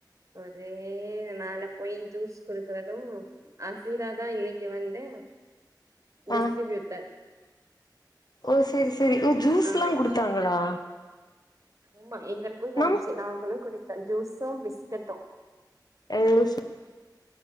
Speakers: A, on the right; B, on the left.
A: ஒரே மேல போய் ஜூஸ் குடுக்குறதும் அசிராதா இன்னிக்கு வந்த டிஸ்டிரிபியூடர்
B: ஆ ஓ செரி சரி ஓ ஜூஸ்
A: ஆ
B: எல்லா குடுத்தாங்களா
A: ஆமா எங்களுக்கும் கடச்சி
B: நம்ம
A: நாங்களும் குடிச்சோ ஜூஸும் பிஸ்கட்டும்
B: ஏ லுசு